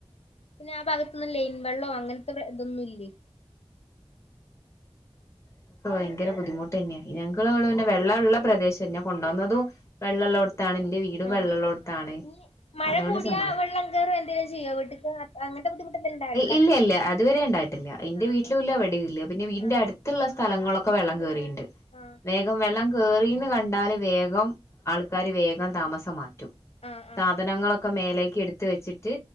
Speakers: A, on the left; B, on the left.
A: പിന്നെ ആ ഭാഗത്തൊന്നും ലയിൻ വെള്ളോ അങ്ങനെ ഇത് അവിടെ അതൊന്നും ഇല്ലേ
B: ഇനിക്ക് ഭയങ്കര ബുദ്ധിമു തന്നെയ ഞങ്ങള് പിന്നെ വെള്ള ഒള്ളെ പ്രദേശം എന്നെകൊണ്ടുവന്നതും
A: ആ
B: വെള്ള ഒള്ളോടുത്ത എന്റെ വീടും
A: ആ
B: വെള്ളള്ളോടത്താണ്
A: ഇനി മഴ
B: അതുകൊണ്ട്
A: കൂടിയാ
B: സമാധാനം
A: വെള്ളം കേറും എന്തെങ്കിലും ചെയ്യോ വീട്ട്ക്ക് അങ്ങനത്തെ ബുദ്ധിമുട്ട് എന്തേലും ഉണ്ടാവലുണ്ടോ
B: ഇല്ല ഇല്ല അതുവരെ ഉണ്ടായിട്ടില്ല എന്റെ
A: ആ
B: വീട്ടിലും
A: ആ
B: ഇല്ല എവിടേയും ഇല്ല പിന്നെ വീടിന്റെ
A: ആ
B: അടുത്തുള്ള സ്ഥങ്ങളൊക്കെ വെള്ളം കേറിനു
A: ആഹ്
B: വേഗം വെള്ളം കേറീന്ന് കണ്ടാല് വേഗം ആൾക്കാര് വേഗം താമസമാ റ്റും
A: ആഹ്
B: സാധനങ്ങളൊക്കെ
A: ആഹ്
B: മേലേ എടുത്ത് വെച്ചിട്ട്